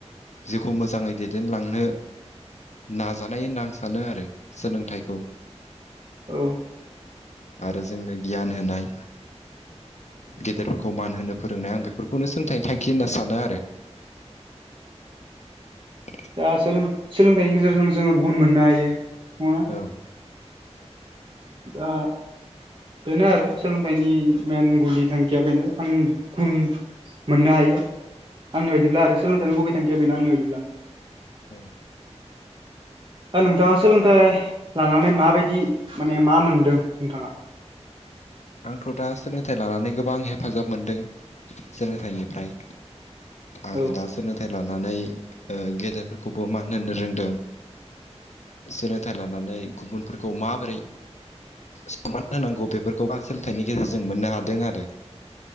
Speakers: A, on the left (about 75°); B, on the right (about 45°).
A: जेखौ मोजाङै दैदेनलांनो नाजानाय होनना आं सानो आरो सोलोंथाइखौ
B: औ।
A: आरो जोंनो गियान होनाय। गेदेरफोरखौ मान होनो फोरोंनाय आं बेफोरखौनो सोलोंथाइनि थांखि होनना सानो आरो। <inaudible>
B: दा सोलोंथाइनि गेजेरजों जोङो गुन मोननो हायो नंङा।
A: औ।
B: दा। बेनो आरो सोलोंथाइनि मेइन गुदि थांखिया बेनो आं गुन मोननो हायो आंनि बादिब्ला आरो सोलोंथाइनि गुबै थांखिया बेनो आंनि बायदिब्ला
A: औ।
B: दा नोंथाङा सोलोंथाइ लानानै माबायदि माने मा मोनदों नोंथाङा
A: आंथ' दा सोलोंथाइ लानानै गोबां हेफाजाब मोनदों सोलोंथाइनिफ्राय। आङो
B: औ
A: दा सोलोंथाइ लानानै गेदेरफोरखौबो मानो होननो रोंदों। सोलोंथाइ लानानै गुबुनफोरखौ माबोरै सनमान होनांगौ बेफोरखौ गोबां सोलोंथाइनि गेजेरजों मोननो हादों आरो।